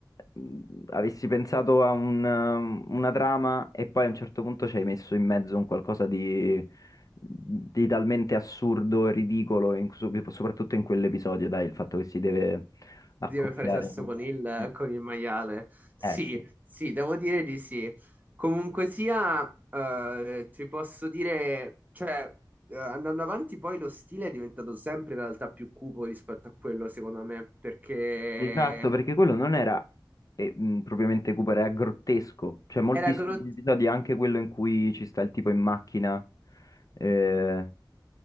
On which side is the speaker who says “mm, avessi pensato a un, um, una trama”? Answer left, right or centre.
Left